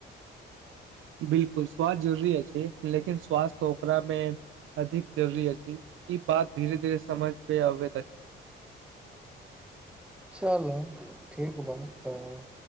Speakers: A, on the right; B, in the centre.
A: बिलकुल स्वास्थ्य जरुरी अछि लेकिन स्वास्थ ओकरामे अधिक जरुरी अछि ई बात धीरे धीरे समझ पे अबैत अछि
B: चल ठीक बाऽ तऽ